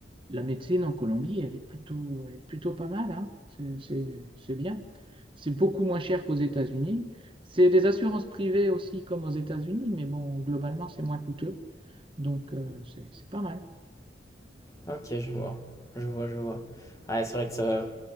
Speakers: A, on the right; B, on the left.
A: La médecine en Colombie, elle est plutôt, elle est plutôt pas mal, hein. C'est, c'est- c'est bien. C'est beaucoup moins cher qu'aux États-Unis. C'est des assurances privées aussi, comme aux États-Unis, mais bon, globalement, c'est moins coûteux. Donc, euh, c'est, c'est pas mal.
B: OK, je vois. Je vois, je vois. Ouais, c'est vrai que ça